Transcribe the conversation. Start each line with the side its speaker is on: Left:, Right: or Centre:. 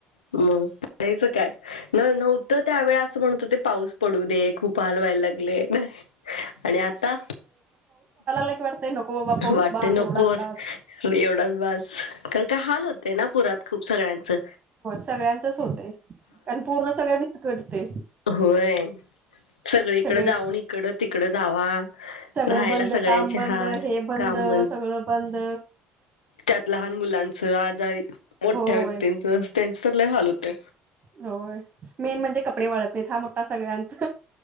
Left: मगयचं काय न नव्हतं त्यावेळे असं म्हणतो ते पाऊस पडू दे खूप हलवा्हायला लागले नाही आणि आता
Right: क ते नको पाऊस
Left: वाटते
Right: बास
Left: नकोर
Right: एवढाच बास
Left: एवढाच बस का काय हाल होते ना पुरात खूप सगळ्यांचं
Right: सगळ्यांच होतय कारण पूर्ण सगळे विस्कटते
Left: होय सगळीकड
Right: सगळे
Left: जाऊन इकडं तिकड जावा
Right: सगळं
Left: राहायला
Right: बंद
Left: सगळ्यांचे
Right: काम बंद
Left: हाल
Right: हे बंद
Left: काम
Right: सगळं बंद
Left: त्यात लहान मुलांचं आजार मोठ्या
Right: होय
Left: व्यक्तींच त्यांच तर लय हाल होते
Right: हो मेन म्हणजे कपडे वाळत नाही हा मोठा सगळ्यांत